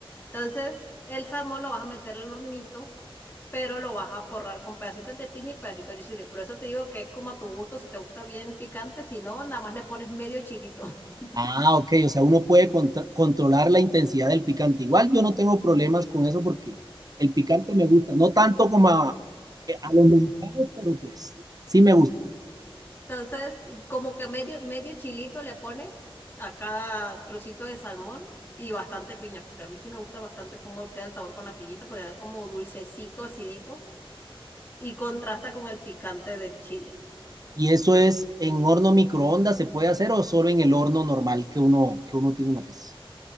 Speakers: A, on the left; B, on the right.
A: Entonces, el salmón lo vas a meter al hornito, pero lo vas a forrar con pedacitos de piña y pedacitos de chile. Por eso te digo que es como a tu gusto, si te gusta bien picante, si no, nada más le pones medio chilito. <laughs>
B: Ah, ok, o sea, uno puede contr- controlar la intensidad del picante. Igual yo no tengo
A: Sí.
B: problemas con eso porque el picante me gusta, no tanto como a, eh, a los mexicanos, pero pues sí me gusta.
A: Entonces, como que medio, medio chilito le pones a cada trocito de salmón y bastante piña, porque a mí sí me gusta bastante cómo queda el sabor con la piñita, porque da como dulcecito, acidito y contrasta con el picante del chile.
B: ¿Y eso es en horno microondas se puede hacer o solo en el horno normal que uno, que uno tiene en la casa?